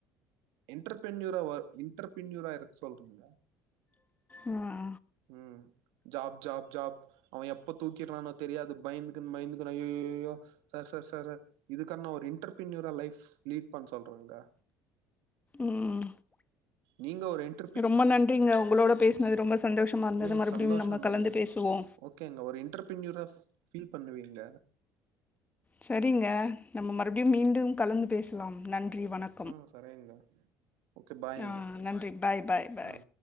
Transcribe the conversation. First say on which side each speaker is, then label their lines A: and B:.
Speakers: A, on the right; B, on the left.
A: இன்டர்பென்யூராவா இன்டர்பென்யூரா இருக்க சொல்றங்
B: ஆ ஆ
A: உம் ஜாப் ஜாப் ஜாப் அவன் எப்ப தூக்கிறானோ தெரியாது பயந்துக்குன் பயந்துகுன் ஐய்ஐய்யய்யோ சார் சார் சாரு இதுக்கான ஒரு இன்டர்பினியூரா லைஃப்ஸ் லீட் பண்ண சொல்றங்க
B: ம்
A: நீங்க ஒரு என்
B: ரொம்ப நன்றிங்க உங்ளோட பேசினது ரொம்ப சந்தோஷமா இருந்தது
A: ம்
B: மறுபடியு
A: சந்தோஷந்தாங்க.
B: நம்ப கலந்து பேசுவோ
A: ஓகேங்க ஒரு என்டர்பன்யூரா பீல் பண்ணுவீங்க
B: சரிங்க நம்ம மறுபடியு மீண்டும் கலந்து பேசலா நன்றி வணக்
A: ஆ சரிங்க ஓகே பாய்ங்க.
B: ஆ நன்றி பாய் பாய் பாய்
A: ஆ.